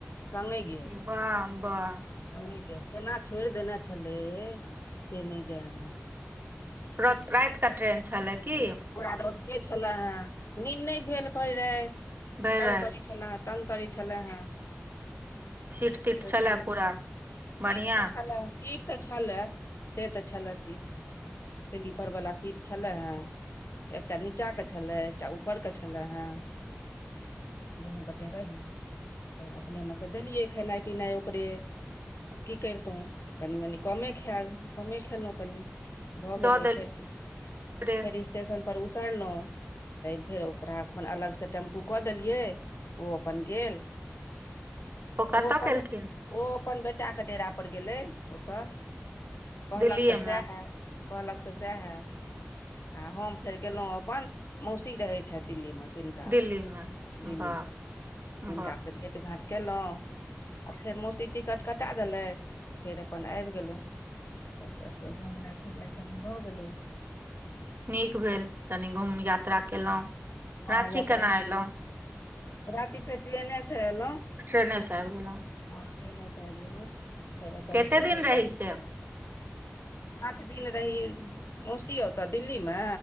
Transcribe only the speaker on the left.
संगे
नहि गेल, केना छोड़ि देने छलै, से नहि जाइ।
हमरा रौतके छलें हे, नींद नहि भेल भरि राति,
तंग
करे छले हे, तंग करै छले हें।
हम
की करितों
सीट
त छलेह। सीट तऽ छलेह, से तऽ छले सीट, स्लीपर वाला सीट छलेह हं। एकटा नीचा के छले, एकटा ऊपर के छलै हें। दुनू गोटे रही, फेर अपने मे सँ देलियै, खेनाइ पिनाइ ओकरे आब की करितहुँ, कनि मनि कमे खैब कमे खेलहुँ कनि। भऽ गेलै,
फेर स्टे
स्टेशन पर उतरलहु, त फेर ओकरा अपन अलग स टेम्पू कऽ देलियै ओ अपन गेल,
ओ अपन
ओ अपन बेटाके डेरा पर गेलै, ओतऽ कहलक
तऽ
सैहै। कहलक त सेहे। आ हम फेर गेलहुँं, अपन मौसी रहै छथि, दिल्ली मे तिनका ओत,
दिल्ली
में, तिनका
सेे त भेंट - घाट केलहुँ, आ फेर मौसी टिकट कटा देलथि, फेर अपन आबि गेलहुँ। ओत स फेर घुमनाइ- फिरनाइ कनी भऽ गेलै।
हँ
यात्रा,
रांटी फेर ट्रेने से ऐलहुं।
हँ से नहि च प
स्टेशन
पर
<unintelligible> पाँच दिन रही मौसियों ओतऽ दिल्ली मे?